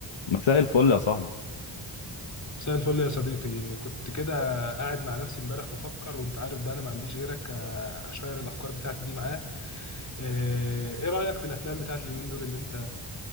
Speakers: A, on the left; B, on the left.
A: مساء الفل يا صاحبي
B: مساء الفل يا صديقي كنت كده قاعد مع نفسي امبارح بفكر وانت عارف بقى انا ما عنديش غيرك آه، اشير الافكار بتاعتي دي معاه آه، ايه رأيك في الافلام بتاعت اليومين دول اللي انت